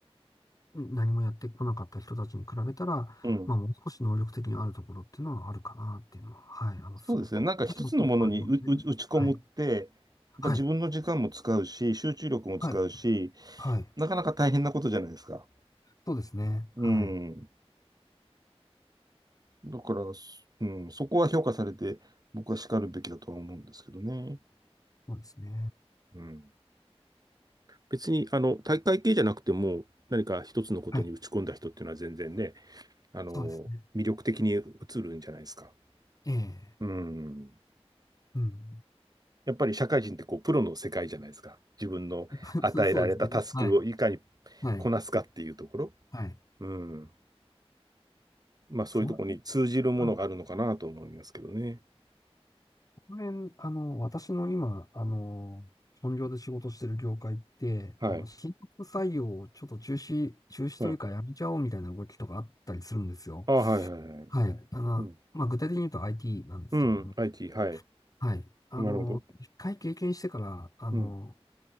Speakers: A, on the left; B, on the right.
A: 何もやってこなかった人たちに比べたら、
B: うん。
A: まあ、もう少し能力的にあるところっていうのはあるかなっていうのは、はい、あの、
B: そうですね。
A: すごく、
B: なんか一つのものにう、
A: 私もそう感じますね。
B: う、打ち込むって、
A: はい。はい。
B: やっぱ自分の時間も使うし、集中力も使うし、
A: はい。はい。
B: なかなか大変なことじゃないですか。
A: そうですね。はい。
B: うん。だから、うん、そこは評価されて、僕は叱るべきだとは思うんですけどね。
A: そうですね。
B: うん。別に、あの、大会系じゃなくても、何か一つのことに打ち込んだ人っていうのは全然ね、
A: はい。
B: あの、
A: そうですね。
B: 魅力的に映るんじゃないですか。
A: ええ。
B: うん。
A: うん。
B: やっぱり社会人ってこう、プロの世界じゃないですか。自分の与えられたタスクをいかに
A: <laughs> そうそうですね。はい。はい。
B: こなすかっていうところ。
A: はい。
B: うん。まあ、そういうところに通じるものがあるのかなと思いますけどね。
A: その辺、あ、この辺、あの、私の今、あの、本業で仕事してる業界って、
B: はい。
A: あの、新卒採用をちょっと中止、中止というかやめちゃおうみたいな動きとかあったりするんですよ。
B: うん。あ、はいはいはい。
A: はい。あの、
B: うん。
A: まあ、具体的に言うと IT なんですけども。
B: うん。IT、はい。
A: はい。あの、
B: なるほど。
A: 一回経験してから、あの、
B: うん、